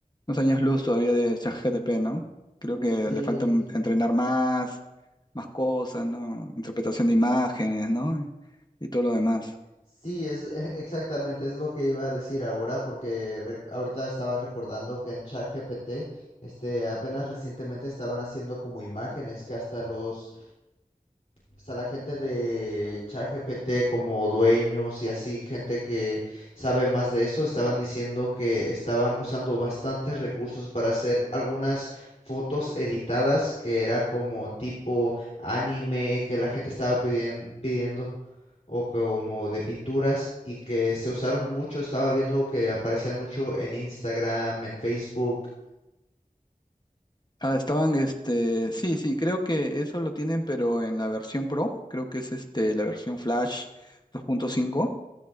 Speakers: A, on the left; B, on the left.
A: unos años luz todavía de ChatGPT, ¿no? Creo que
B: Sí,
A: le falta m- entrenar más, más cosas, ¿no? Interpretación de imágenes, ¿no? Y todo lo demás.
B: sí, es <laughs> e- exactamente, es lo que iba a decir ahora, porque re- ahorita estaba recordando que en ChatGPT, este, apenas recientemente estaban haciendo como imágenes que hasta los pues, a la gente de ChatGPT como dueños y así, gente que sabe más de eso, estaban diciendo que estaban usando bastantes recursos para hacer algunas fotos editadas que era como tipo anime que la gente estaba pidien- pidiendo o como de pinturas y que se usaron mucho, estaba viendo que aparecían mucho en Instagram, en Facebook.
A: Ah, estaban, este, sí, sí, creo que eso lo tienen, pero en la versión Pro, creo que es este, la versión Flash 2.5,